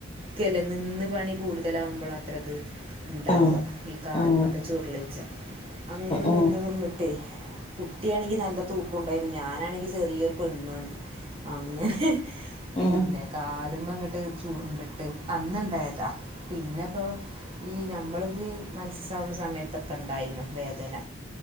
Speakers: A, on the right; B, on the left.
A: ക്കല്ലേനിന്ന് പണി കൂടുതലാകുംബളാത്രത്ണ്ടാവാ
B: ഉം ഉം
A: ഈ കാൽമത്ത
B: ഉം
A: ചുരുളിച്ച അങ്ങനെ
B: ഉം
A: നിന്ന് നിന്നിട്ടേ കുട്ടിയാണെങ്കിനല്ല തൂക്കുണ്ടായിരുന്നു ഞാനാണെങ്കി ചെറിയരുപെണ്ണുണ് അങ്ങനെ പിന്നെ
B: ഉം
A: കാല്മ്മങ്ങ്ട്ട് ചുർണ്ട്ട്ട് അന്നുണ്ടായതാ പിന്നെ ഇപ്പോ ഈ നമ്മള്ക്ക്‌ മനസ്സസാവുന്നസമയ ത്തൊക്കെണ്ടായിനു വേദന